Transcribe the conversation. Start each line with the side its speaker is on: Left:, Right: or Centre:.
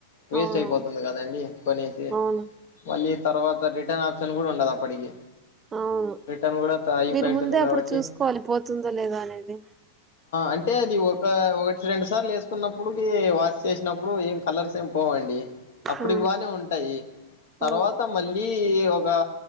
Left: వేస్
Right: అవును
Left: ట్ అయిపోతుంది కదండి కొనేసి
Right: అవును
Left: మళ్ళీ తర్వాత రిటర్న్ ఆప్షన్ కూడా ఉండదు అప్పటికి
Right: అవును
Left: రిటర్న్ కూడా అయిపోయి
Right: మీరు
Left: ఉంటుంది
Right: ముందే
Left: కాబట్టి
Right: అప్పుడు చూసుకోవాలి పోతుందో లేదా అనేది
Left: అంటే అది ఒక ఆ ఒకటి, రెండు సార్లు వేసుకున్నప్పుడుకి వాష్ చేసినప్పుడు ఏం కలర్స్ ఏం పోవండి అప్పుటికి
Right: ఆ
Left: బానే ఉంటాయి తర్వాత
Right: ఆ
Left: మళ్ళీ ఒక